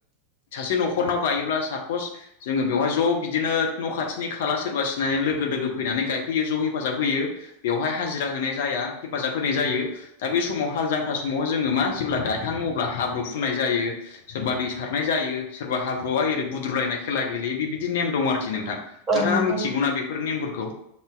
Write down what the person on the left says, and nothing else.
सासे न'खरनाव गायोब्ला सापस जोङो बेवहाय ज' बिदिनो न' खाथिनि खाला सोरबा सिनायनाय लोगो दोगो फैनानै गायफैयो ज' हेफाजाब होयो बेवहाय हाजिरा होनाय जाया हेफाजाब होनाय जायो दा बे समाव हाल जांख्रा समावहाय जोङो मा जेब्ला गायखाङो अब्ला हाब्रुु फुननाय जायो सोरबा दै सारनाय जायो सोरबा हाब्रुआवहाय ओरै बुद्रुलायनाय खेला गेलेयो बे बिदि नेम दं आरोखि नोंथां
नोंथाङा
मिथिगौना
बेफोर नेमफोरखौ